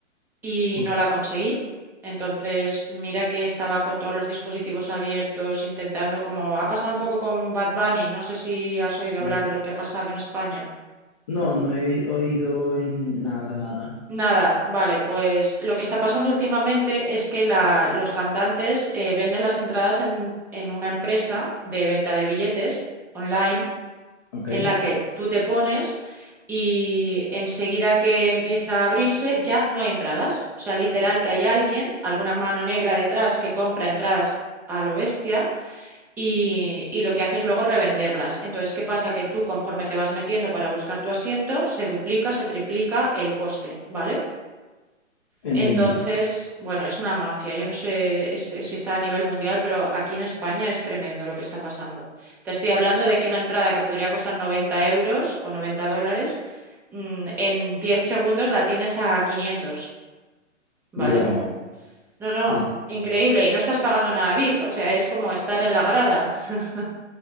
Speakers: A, in the centre; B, on the left.
A: y
B: Ok,
A: no la conseguí. Entonces, mira que estaba con todos los dispositivos abiertos, intentando, como ha pasado un poco con Bad Bunny, no sé si has oído
B: vale.
A: hablar de lo que ha pasado en España.
B: No, no he oído en nada, nada.
A: Nada, vale, pues lo que está pasando últimamente es que la- los cantantes eh, venden las entradas en, en una empresa de venta de billetes online
B: Ok,
A: en la que tú te pones y enseguida que empieza a abrirse ya no hay entradas. O sea, literal que hay alguien, alguna mano negra detrás que compra entradas a lo bestia y, y lo que hace es luego revenderlas. Entonces, ¿qué pasa? Que tú conforme te vas metiendo para buscar tu asiento, se duplica, se triplica el coste, ¿vale?
B: entiendo.
A: Entonces, bueno, es una mafia. Yo no sé es- si está a nivel mundial, pero aquí en España es tremendo lo que está pasando. Te estoy hablando de que una entrada que podría costar 90 euros o 90 dólares, mm, en 10 segundos la tienes a 500, ¿vale?
B: Wow,
A: No, no,
B: demasiado.
A: increíble. Y no estás pagando nada VIP, o sea, es como estar en la grada. <laughs>